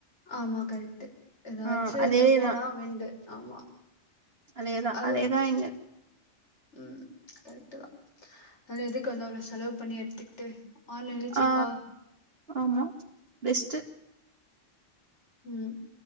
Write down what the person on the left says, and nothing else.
ஆமா கரெக்ட்டு எதாச்சு
வெள்ல
போலாமெண்டு ஆமா
அது
ம் கரெக்ட்டு தா அது எதுக்கு வந்து அவ்ளோ செலவு பண்ணி எட்த்துக்ட்டு ஆன்லைன்ல சீப்பா
ம்